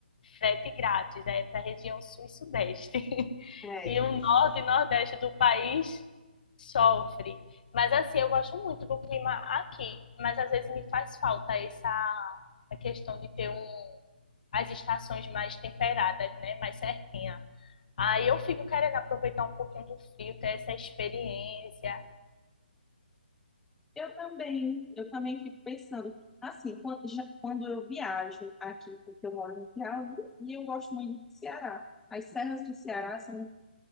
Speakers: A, on the left; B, in the centre.
A: frete grátis, é para a região sul e sudeste. <laughs>
B: é,
A: e o norte e nordeste do país sofre. Mas assim, eu gosto muito do clima aqui, mas às vezes me faz falta essa, essa questão de ter um as estações mais temperadas, né? Mais certinha. Aí eu fico querendo aproveitar um pouquinho do frio, ter essa experiência.
B: eu também, eu também fico pensando, assim, quando, já, quando eu viajo aqui, porque eu moro no Piauí, e eu gosto muito do Ceará. As serras do Ceará são